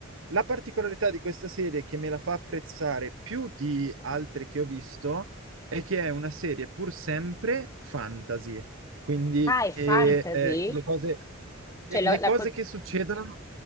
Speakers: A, on the right; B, on the left.
A: La particolarità di questa serie che me la fa apprezzare più di altre che ho visto è che è una serie pur sempre fantasy, quindi
B: Ah, è fantasy?
A: eh, eh, le cose, le
B: Cioè, la,
A: le
B: la,
A: cose
B: co-
A: che succedono